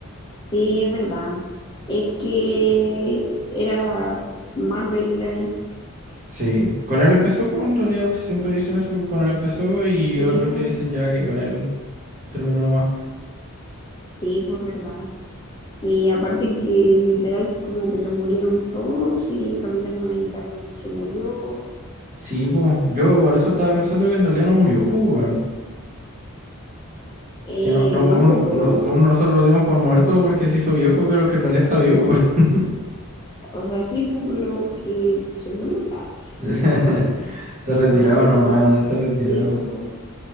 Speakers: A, on the left; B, on the right.
A: Sí, es verdad. Es que era Marvel, era el...
B: Sí, con él empezó, pues en realidad siempre dicen eso, con él empezó
A: Sí,
B: y otros
A: pues,
B: que dicen ya que con él terminó nomás. pues.
A: sí, pues, verdad. Y aparte que literal como que se murieron todos y Capitán América también se murió.
B: Sí, pues yo igual eso estaba pensando que en realidad no murió, pues, weón.
A: Eh,
B: Que no, no,
A: no,
B: uno,
A: pues, pero
B: no, uno nosotros lo dimos por muerto porque se hizo viejo, pero es que en realidad está vivo, weón.
A: O sea, sí, po, pero que se murió. Ah,
B: <laughs> Está
A: <laughs> no,
B: retirado
A: no, pero
B: nomás, está retirado.
A: eso. po.